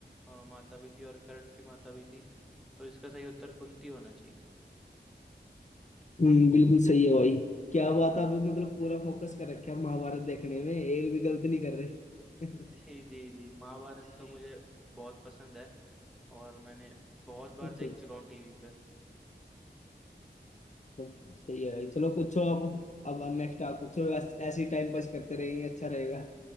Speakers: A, in the centre; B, on the left.
A: अ, माता भी थी और कर्ण की माता भी थी तो इसका सही उत्तर कुंती होना चाहिए
B: हम्म बिल्कुल सही है भाई क्या बात आप मतलब पूरा फोकस कर रखे महाभारत देखने में एक भी गलती नहीं कर रहे
A: <laughs>
B: <laughs>
A: जी जी जी महाभारत
B: अच्छा
A: तो मुझे बहुत पसंद है और मैंने बहुत बार
B: अच्छा
A: देख चुका हूँ टीवी पे
B: सही है भाई चलो पूछो अब अब नेक्स्ट आप पूछो ऐस- ऐसे ही टाइम पास करते रहेंगे अच्छा रहेगा